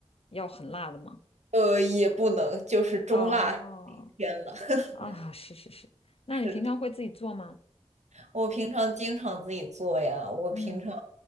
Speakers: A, on the left; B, on the right.
A: 要很辣的吗？
B: 呃，也不能，就是中辣顶天了。
A: 哦
B: <laughs>
A: 啊，是是是。那你平常会自己做吗？
B: 是的，我平常经常自己做呀，我平常，
A: 嗯